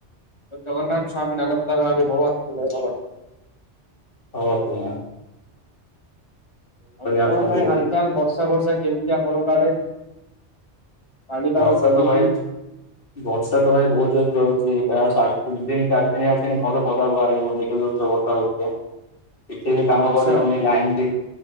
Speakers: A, on the left; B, on the left.
A: ଜଗନ୍ନାଥସ୍ବାାମୀ ନୟନ ପଥ ଗାମୀ ଭଵତୁମେ ଭବ।
B: ହଉପ। <unintelligible>
A: ଆଉ କଣ
B: ଆପଣଙ୍କୁ
A: ଭାଇ
B: ବି
A: ହାଲଚାଲ ବର୍ଷା ବର୍ଷା କେମିତି ଆପଣଙ୍କ ଆଡେ। ପାଣିପାଗ
B: ବର୍ଷା
A: କେମିତି?
B: ତ ଭାଇ। ବର୍ଷା ତ ଭାଇ ବହୁତ ଜୋସରେ ରହୁଛି ପ୍ରାୟାତ ତିନ ଦିନ ଚାରି ଦିନ ଆସନି ଘରୁ ପଦା କୁ ବାହାରି ହଉନି। କିଛି ବି କାମ
A: ଆଚ୍ଛା
B: କରିହଉନି ଲାଇନ ବି।